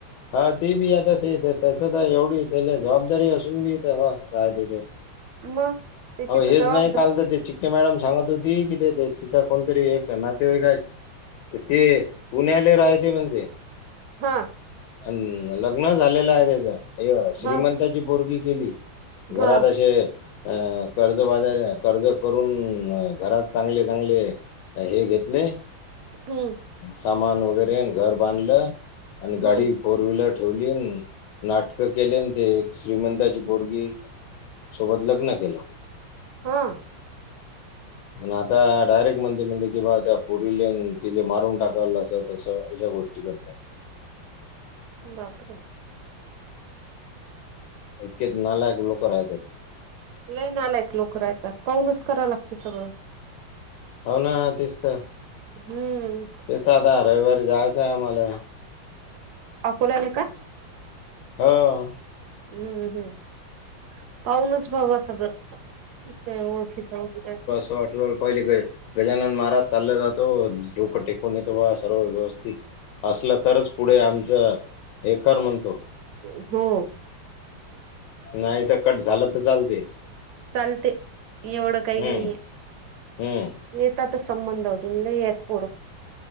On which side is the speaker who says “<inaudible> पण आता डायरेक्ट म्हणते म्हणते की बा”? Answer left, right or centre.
Left